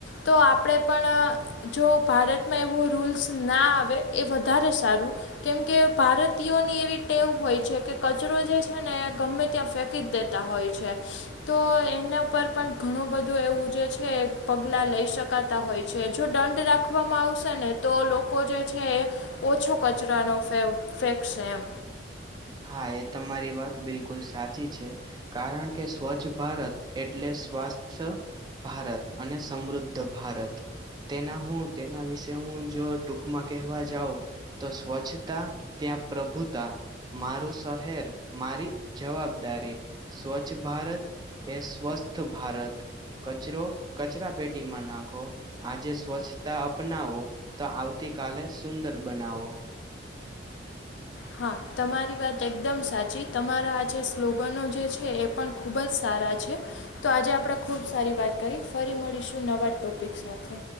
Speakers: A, on the left; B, on the right.
A: તો આપણે પણ જો ભારતમાં એવો રૂલ્સ ના આવે એ વધારે સારુ કેમકે ભારતીયોની એવી ટેવ હોય છે કે કચરો જે છેને, ગમે ત્યાં ફેક ક દેતા હોય છે. તો એના ઉપર પણ ઘણું બધું એવું જે છે પગલા લઈ શકાતા હોય છે. જો દંડ રાખવામાં આવશે ને તો લોકો જે છે, એ ઓછો કચરાનો ફેક છે, એમ
B: હા એ તમારી વાત બિલકુલ સાચી છે. કારણ કે સ્વચ્છ ભારત એટલે સ્વાસ્થ ભારત અને સમૃદ્ધ ભારત તેના હુતેના વિશે હુ જો ટૂકમા કહેવા જાઉ તો સ્વચ્છતા ત્યા પ્રભુતા મારું શહેર મારી જવાબદારી સ્વચ્છ ભારત એ સ્વસ્થ ભારત કચરો કચરા પેટીમા નાખો આજે સ્વચ્છતા અપનાવો તો આવતી કલે સુંદર બનાવો
A: હા તમારી વાત એકદમ સાચી તમારા આ જે સ્લોગનો જે છે, એ પણ ખૂબ જ સારા છે. તો આજે આપણે ખુબ સારી વાત કરી ફરી મળીશું નવા ટોપિક સાથે